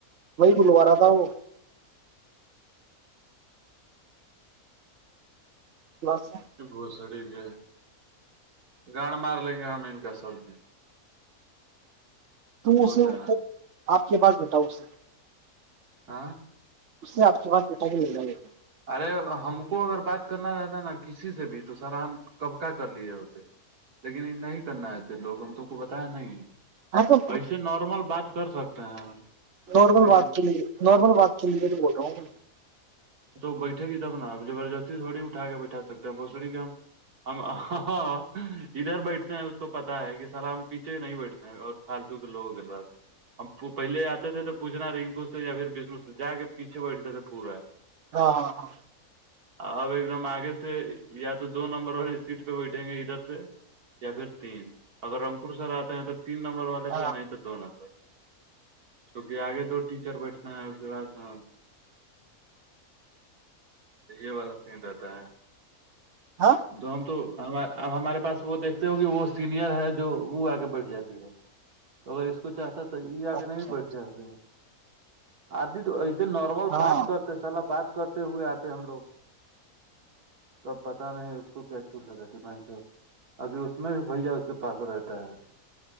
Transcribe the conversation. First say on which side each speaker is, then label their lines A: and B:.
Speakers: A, on the right (about 55°); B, on the right (about 80°).
A: وہی گوارہ تھا وہ بس
B: گھسڑی کے گاڑ مار لیں گے ہم ان کا سب د
A: توس
B: دینا
A: آپ کے پاس بتاؤ اسر
B: ہاں
A: اس سے آپ کے پاس بیٹا کے مل جائے گ
B: ارے ہم کو اگر بات کرنا رہتا نا کسی سے بھی تو سارا ہم کب کا کر لیے ہوتے لیکن ان نہیں کرنا ہےتے لوگ ہم تو کو بتایا نہیں
A: جا تو
B: ایسے نارمل بات کر سکتے ہیں
A: نارمل
B: لیکن
A: وات کے لیے نارمل وات کے لیے تو بول رہا ہوں
B: تو بیٹھے گ تب ن آپ زبردستی تھوی اٹھا کے بیٹھے اٹھا سکتا بوسڑی کا ہم ہاں ادھر بیٹھتے ہیں اس کو پتا ہے کہ سلام پیچھے نہیں بیٹھتے ہیں اور فالتو کے لوگ گر رہا اب وہ پہلے آتا تھے تو پوچنا رنکو سے یا پھرشنو سے ج کے پیھے بیٹھتے تھے پورا
A: ہاں ہاں ہاں
B: اب ایک دم آگے سے یا تو دو نمبر والی سیٹ پہ بیٹھیں گے ادھر سے یا پھر تین اگر رپور سر آتے ہیں تو تین نمبر والے
A: ہاں
B: پہ
A: ہاں
B: آ نہیں سر دو نمبر کیکہ آگے دو چر بیٹھنا ہے اس کے بعد سے تو یہ والا سین رہتا ہے
A: ہاں
B: جن تو ہم اب ہمارے پاس وہ دیکھتے ہو کہ وہ سینئر ہے جو وہ آ کے بیٹھ جاتی ہے تو اگر اس کو چاہ ا تو یہ آ کے
A: اچھا
B: نہیں بیٹھ جتے آدھی تو نارمل
A: ہاں
B: بات کرتے مطلب بات کرتے ہوئے آتے ہم لوگ کب پتا نہیں اس کو کیا چھو لی رہتے بن چ اق اس میں بھی بھیا اس کے پاس رہتا ہے